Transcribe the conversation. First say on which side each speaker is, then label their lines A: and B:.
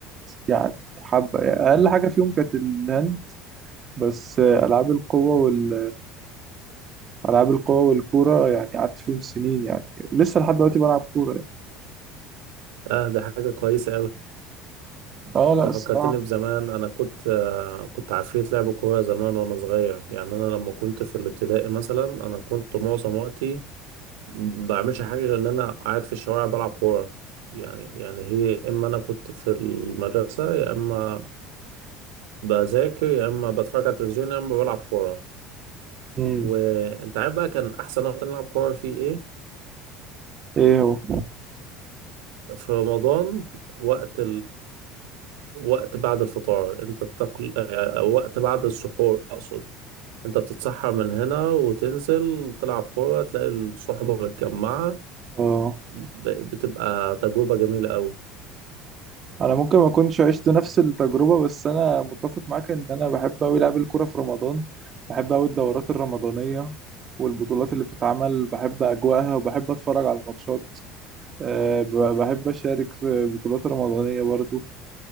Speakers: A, on the right; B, on the right.
A: يعني حبة يعني أقل حاجة فيهم كانت الهاند بس آه، ألعاب القوة وال... ألعاب القوة والكورة يعني قعدت فيهم سنين يعني ولسه لحد دلوقتي بلعب كورة يعني.
B: آه ده حاجة كويسة أوي
A: اه لا
B: انت
A: الصراحة
B: فكرتني بزمان انا كنت آه، كنت عفريت لعب كوره زمان وانا صغير يعني انا لما كنت في الابتدائي مثلا انا كنت معظم وقتي ما بعملش حاجه غير ان انا قاعد في الشوارع بلعب كوره يعني يعني هي يا اما انا كنت في المدرسه يا اما بذاكر يا اما بتفرج على التلفزيون يا اما بلعب كوره
A: مم.
B: وانت عارف بقى كان احسن وقت نلعب كوره فيه ايه
A: ايه هو
B: في رمضان وقت وقت بعد الفطار انت بتاكل آه، آه، وقت بعد السحور اقصد انت بتتسحر من هنا وتنزل تلعب كورة تلاقي الصحبة متجمعة
A: اه
B: ب- بتبقى تجربة جميلة قوي
A: انا ممكن ما كنتش عشت نفس التجربه بس انا متفق معاك ان انا بحب قوي العب الكوره في رمضان بحب قوي الدورات الرمضانيه والبطولات اللي بتتعمل بحب اجواءها وبحب اتفرج على الماتشات أه ب- بحب اشارك في بطولات رمضانيه برضو